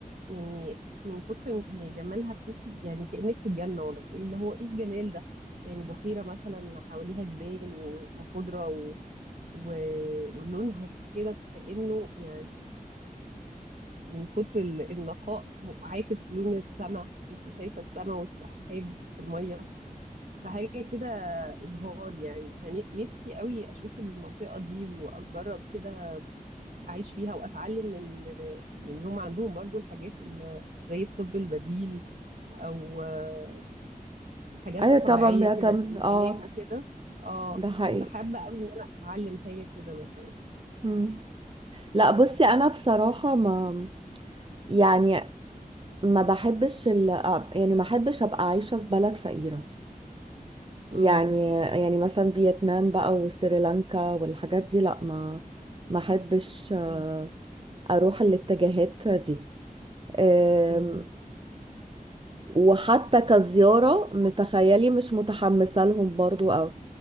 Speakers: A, on the right; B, on the right.
A: يعني من كتر يعني جمالها تحسي يعني كأنك في الجنة والله اللي هو ايه الجمال ده يعني بحيرة مثلا حواليها جبال و- وخضرة و... و... ولونها كده كأنه يعني من كتر ال- النقاء م- عاكس لون السماء انت شايفة السماء والسحاب في المية فحاجة كده إبهار يعني فنفسي قوي أشوف المنطقة دي وأجرب كده اعيش فيها واتعلم من يعني هم عندهم برضو الحاجات ال- زي الطب البديل او آه، حاجات
B: ايوه
A: طبيعية
B: طبعا بيعتمد
A: كده للعلاج
B: اه
A: وكده اه
B: ده حقيقي
A: فحابة قوي ان انا اتعلم حاجة كده مثلا
B: مم. لا بصي انا بصراحة ما يعني ما بحبش ال... يعني ما بحبش ابقى عايشة في بلد فقيرة يعني
A: امم
B: يعني مثلا فيتنام بقى وسريلانكا والحاجات دي لا ما ما احبش آه،
A: امم
B: اروح الاتجاهات دي آم،
A: أمم.
B: وحتى كزيارة متخيلي مش متحمسة لهم برضو او